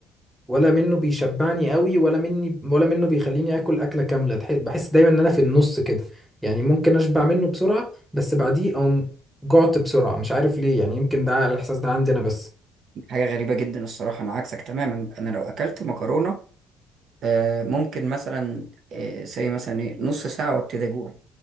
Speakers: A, in the centre; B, on the right.
A: ولا منه بيشبعني قوي ولا مني ولا منه بيخليني اكل اكله كامله تح- بحس دايما ان انا في النص كده يعني ممكن اشبع منه بسرعه بس بعديه او جعت بسرعه مش عارف ليه يعني يمكن ده الاحساس ده عندي انا بس
B: حاجه غريبه جدا الصراحه انا عكسك تماما انا لو اكلت مكرونه آه، ممكن مثلا آه، زي مثلا ايه نص ساعه وابتدي اجوع